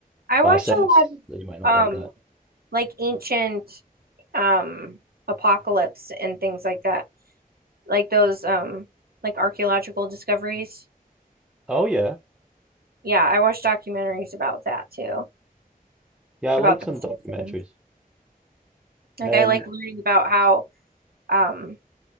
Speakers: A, on the right; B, in the centre.
A: I watch
B: But I sense
A: a lot
B: that you might not
A: of um
B: like that.
A: like ancient um apocalypse and things like that. Like those um like archaeological discoveries.
B: Oh yeah,
A: Yeah, I watch documentaries about that too,
B: yeah, I like
A: about
B: some
A: those
B: documentaries.
A: types of things. Like
B: Um,
A: I like learning about how um